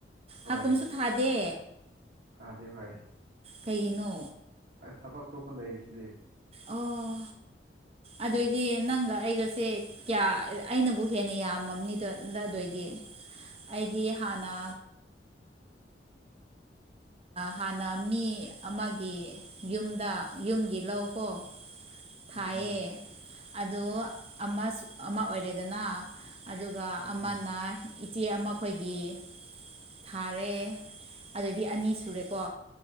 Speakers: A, on the right; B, on the right.
A: ꯍꯣꯏ
B: ꯍꯥꯀꯨꯝꯁꯨ ꯊꯥꯗꯦ
A: ꯊꯥꯗꯦ ꯍꯣꯏ
B: ꯀꯩꯒꯤꯅꯣ
A: ꯑꯁ ꯊꯕꯛ ꯑꯇꯣꯞꯄ ꯂꯩꯔꯤꯁꯤꯗꯤ
B: ꯑꯣ ꯑꯗꯨꯏꯗꯤ ꯅꯪꯒ ꯑꯩꯒꯁꯦ ꯀꯌꯥ ꯑꯩꯅꯕꯨ ꯍꯦꯟꯅ ꯌꯥꯝꯃꯕꯅꯤꯗ ꯑꯗꯨꯑꯣꯏꯗꯤ ꯑꯩꯗꯤ ꯍꯥꯟꯅ ꯍꯥꯟꯅ ꯃꯤ ꯑꯃꯒꯤ ꯌꯨꯝꯗ ꯌꯨꯝꯒꯤ ꯂꯧꯀꯣ ꯊꯥꯏꯌꯦ
A: ꯎꯝ
B: ꯑꯗꯣ ꯑꯃꯁꯨ ꯑꯃ ꯑꯣꯏꯔꯦꯗꯅ ꯑꯗꯨꯒ
A: ꯎꯝ
B: ꯑꯃꯅ ꯏꯆꯦ ꯑꯃꯈꯣꯏꯒꯤ ꯊꯥꯔꯦ ꯑꯗꯒꯤ ꯑꯅꯤ ꯁꯨꯔꯦꯀꯣ